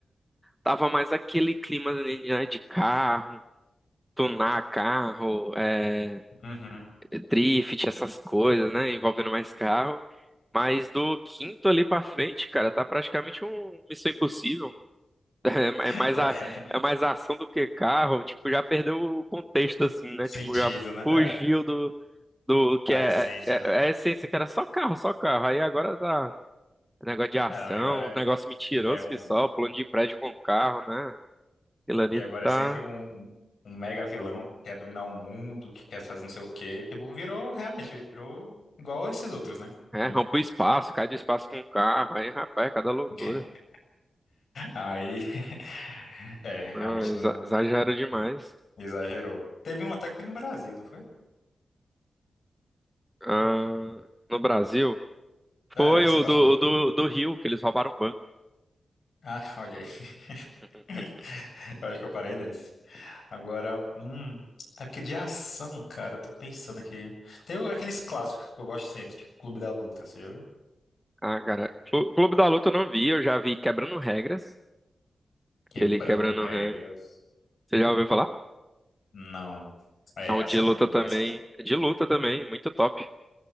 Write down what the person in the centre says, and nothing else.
Tava mais aquele clima né, de carro, tunar carro, é,
drift, essas coisas, né? Envolvendo mais carro. Mas do quinto ali pra frente, cara, tá praticamente um Missão Impossível. <laughs> É,
é mais a, é mais ação do que carro. Tipo, já perdeu o contexto, assim, né?
Tipo, já
fugiu
do, do que
é,
é, é
é a essência, que era só carro, só carro. Aí agora tá negócio de ação,
negócio mentiroso
que só, pulando de prédio com carro, né? Aquilo ali
tá.
É,
rompe o espaço, cai do espaço com o carro. Aí, rapaz, é cada loucura.
Não, exa-
exagero demais.
Ah, no Brasil,
foi
o
do,
o do, do Rio, que eles roubaram o banco.
<laughs>
Ah, cara, Clu- Clube da Luta eu não vi, eu já vi Quebrando Regras,
aquele Quebrando
Regras. Você já ouviu falar?
É um
de luta
também,
de luta também, muito top.